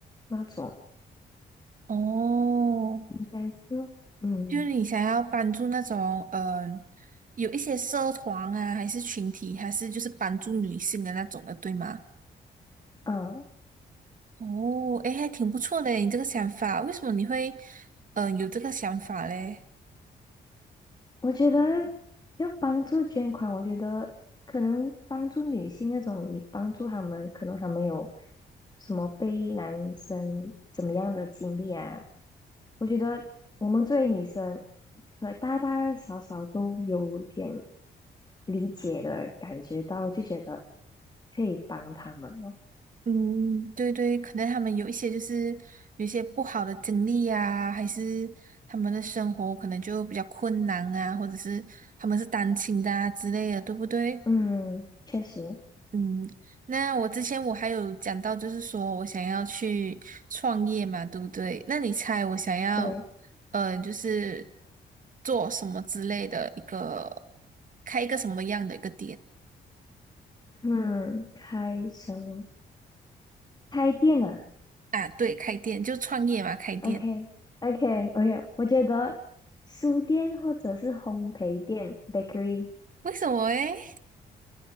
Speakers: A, on the left; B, on the right.
A: 那种，
B: 哦，
A: 应该是，嗯
B: 就是你想要帮助那种，嗯、有一些社团啊，还是群体，还是就是帮助女性的那种的，对吗？
A: 嗯，啊
B: 哦，诶，还挺不错的，你这个想法，为什么你会，嗯、有这个想法嘞？
A: 我觉得要帮助捐款，我觉得可能帮助女性那种，你帮助他们，可能他们有什么被男生怎么样的经历啊？我觉得我们作为女生，呃，大大小小都有点理解的感觉到，我就觉得可以帮他们了。
B: 嗯，对对，可能他们有一些就是有一些不好的经历啊，还是他们的生活可能就比较困难啊，或者是他们是单亲的啊之类的，对不对？
A: 嗯，确实，
B: 嗯，那我之前我还有讲到，就是说我想要去创业嘛，对不对？那你猜我想要，
A: 对，
B: 嗯、就是做什么之类的一个，开一个什么样的一个店
A: 嗯，开什么？开店啊？
B: 啊？对，开店就创业嘛，开店。
A: o k o k o k 我觉得书店或者是烘焙店 （bakery），
B: 为什么诶？<laughs>